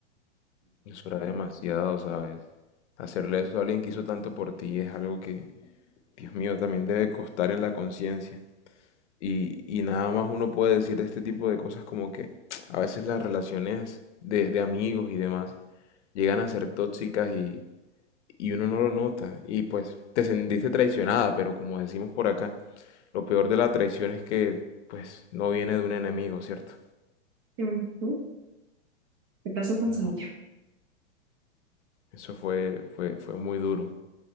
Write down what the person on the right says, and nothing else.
Ujú. Qué frase tan
sabia.